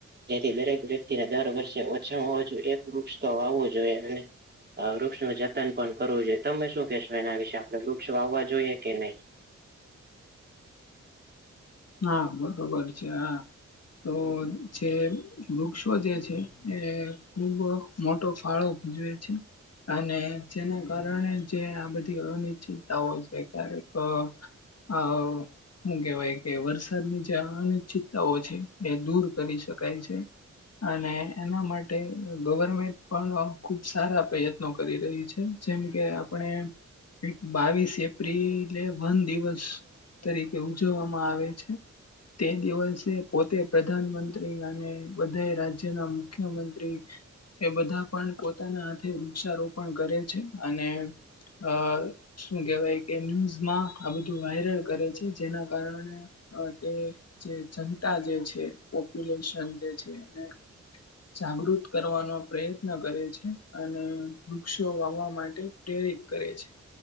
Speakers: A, on the right (about 35°); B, on the left (about 60°).
A: જેથી દરેક વ્યક્તિને દર વર્ષે ઓછામાં ઓછું એક વૃક્ષ તો વાવવું જોઈએ અને હ વૃક્ષ ન જતન પણ કરવું જોઈએ તમે શું કેશો એના વિશે આપડે વૃક્ષ વાવવા જોઈએ કે નહીં
B: હા બરોબર છે હા તો જે વૃક્ષો જે છે એ ખુબ મોટો ફાળો જોય છે અને જેના કારણે જે આ બધી અનિશ્ચિતતાઓ છે ક્યારેક હા હું કેવાય. કે વરસાદની જે અનિશ્ચિતતાઓ છે એ દૂર કરી શકાય છે. અને એના માટે ગવર્મેન્ટ પણ ખુબ સારા પ્રયત્ન કરી રહી છે જેમ કે આપણે બાવીસ એપ્રિલે વન દિવસ તરીકે ઉજવવા મા આવે છે તે દિવસે પોતે પ્રધાનમંત્રી અને બધા રાજ્યના મુખ્ય મંત્રી એ બધા પણ પોતાના હાથે વૃક્ષારોપણ કરે છે અને અ શું કેહેવાય કે ન્યૂઝમાં આ બધું વાયરલ કરે છે. જેના કારણે અ તે જે જનતા જે છે પોપ્યુલેશન જે છે અને જાગૃત કરવાનો પ્રયત્ન કરે છે. અને વૃક્ષો વાવવા માટે પ્રેરિત કરે છે.